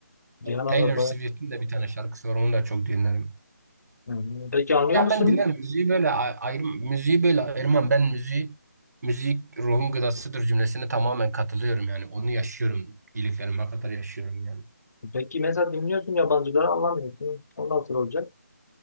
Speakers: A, on the left (about 65°); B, on the right (about 65°).
A: Cihan
B: Taylor
A: Araba.
B: Swift'in de bir tane şarkısı var. Onu da çok dinlerim.
A: Hı. Peki anlıyor
B: Ya
A: musun?
B: ben dinlerim. Müziği böyle ay- ayrım, müziği böyle ayırmam. Ben müziği müzik ruhun gıdasıdır cümlesine tamamen katılıyorum yani. Onu yaşıyorum. İyiliklerime kadar yaşıyorum yani.
A: Peki mesela dinliyorsun yabancıları anlamıyorsun. O nasıl olacak?